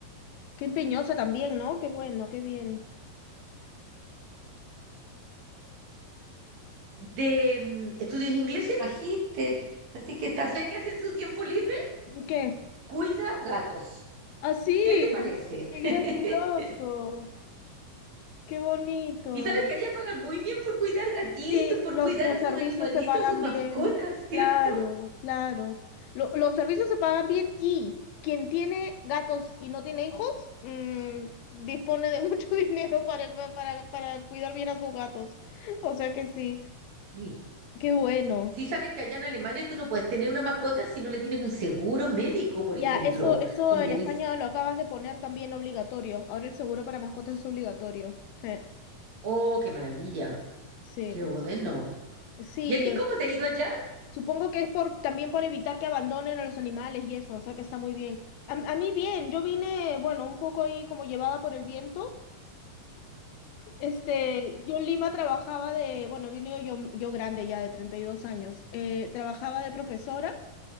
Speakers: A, on the left (about 90°); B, on the right (about 50°).
A: Qué empeñosa también, ¿no? Qué bueno, qué bien.
B: de mm, estudios ingleses, magíster. Así que está, ¿sabes qué hace en su tiempo libre?
A: ¿Qué?
B: Cuida gatos.
A: Así,
B: ¿Qué te parece?
A: qué gracioso,
B: <laughs>
A: qué bonito.
B: Y sabes que allá pagan muy bien por cuidar gatitos,
A: Sí,
B: por
A: los,
B: cuidar
A: los
B: a sus
A: servicios
B: animalitos,
A: se pagan
B: a sus mascotas,
A: bien,
B: ¿cierto?
A: claro, claro. Lo- los servicios se pagan bien y quien tiene gatos y no tiene hijos, mm, dispone de mucho <laughs> dinero para, para, para cuidar bien a sus gatos. O sea que sí,
B: Sí.
A: qué bueno.
B: Sí sabes que allá en Alemania tú no puedes tener una mascota si no le tienes un seguro médico, por
A: Ya,
B: ejemplo.
A: eso, eso
B: Son
A: en
B: bien
A: España
B: ex...
A: lo acaban de poner también obligatorio. Ahora el seguro para mascotas es obligatorio. Je,
B: Oh, qué maravilla.
A: Sí,
B: Qué bueno.
A: sí,
B: ¿Y a ti cómo te ha ido allá?
A: Supongo que es por también por evitar que abandonen a los animales y eso, o sea que está muy bien. A, a mí bien, yo vine, bueno, un poco ahí como llevada por el viento. Este, yo en Lima trabajaba de, bueno, vine yo, yo grande ya de 32 años, eh, trabajaba de profesora